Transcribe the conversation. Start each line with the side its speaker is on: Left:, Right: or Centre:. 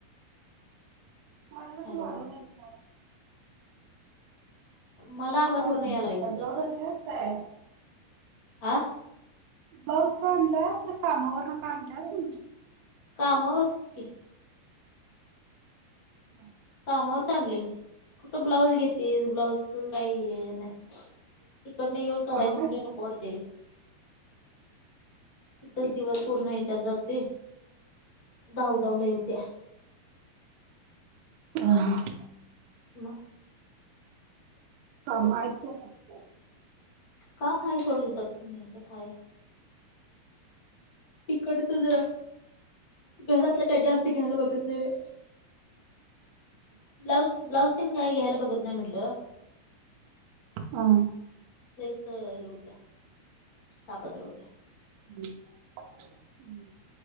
Right: वाढला
Left: हॅलो
Right: तू वाढव अस.
Left: मला
Right: काय
Left: पूर्ण यायला आहे त
Right: ब्लाऊज
Left: त्या
Right: आणल्यास काय?
Left: ह.
Right: ब करड कामर नाकांड <inaudible>
Left: कामावरच की औ
Right: ह
Left: कामावरच आणलली कुठं ब्लाउज घेतेस ब्लाउज काही नाही. तिकडन येऊन करायचं
Right: हायत.
Left: म्हणते नकोडते. तिथच दिवस पूर्ण ह्याच्यात जातो धावधावल्या होत्या.
Right: ह हा..
Left: <inaudible>
Right: हा मायत न य...
Left: का य सोड द त या्याच्यात हाय. तिकडच जरा घरातल काय जास्त घ्यायला बघत नाही होय. ब्लाऊज ब्लाउज सन गाय घ्यायला बघत नाही म्हटलं.
Right: हा.
Left: तेच हे होत्या तापत्र होत्या.
Right: येन